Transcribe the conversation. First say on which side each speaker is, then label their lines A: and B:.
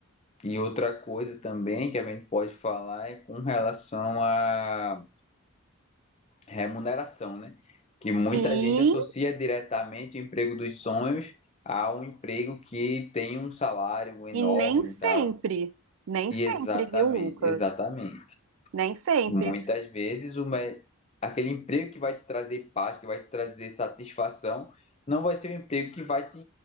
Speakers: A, on the left; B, on the right.
A: E outra coisa também que a gente pode falar é com relação a remuneração, né? Que muita
B: Sim,
A: gente associa diretamente o emprego dos sonhos a um emprego que tem um salário enorme
B: E nem sempre,
A: e tal.
B: nem
A: E
B: sempre,
A: exatamente,
B: viu, Lucas?
A: exatamente.
B: Nem sempre.
A: Muitas vezes o me- aquele emprego que vai te trazer paz, que vai te trazer satisfação, não vai ser o emprego que vai te